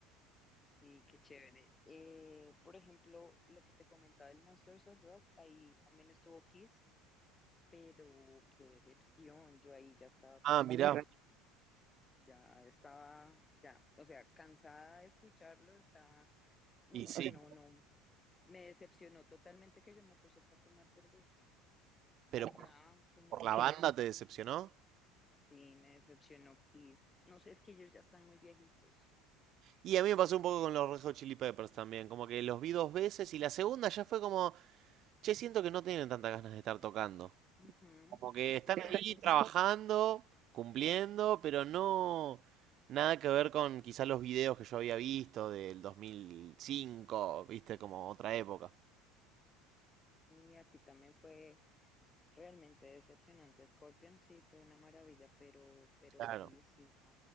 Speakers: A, on the left; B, on the right.
A: Sí, qué chévere. Eh, por ejemplo, lo que te comentaba el Monsters of Rock, ahí también estuvo Kiss Pero qué decepción, yo ahí ya estaba como
B: Ah, mirá,
A: borracha, ya estaba, ya, o sea, cansada de escucharlo, estaba, mm,
B: y
A: o
B: sí,
A: sea, no, no, me decepcionó totalmente que yo me puse fue a tomar cerveza
B: pero
A: y
B: por,
A: ya, como
B: por
A: que
B: la
A: no,
B: banda te decepcionó.
A: sí, me decepcionó Kiss. No sé, es que ellos ya están muy viejitos.
B: Y a mí me pasó un poco con los Red Hot Chili Peppers también, como que los vi dos veces y la segunda ya fue como... Che, siento que no tienen tantas ganas de estar tocando.
A: Ujú,
B: Como que están
A: Exacto,
B: ahí trabajando,
A: sí.
B: cumpliendo, pero no nada que ver con quizás los videos que yo había visto del 2005, viste, como otra época.
A: Y aquí también fue realmente decepcionante. Scorpion sí fue una maravilla, pero, pero
B: Claro.
A: Kiss sí no,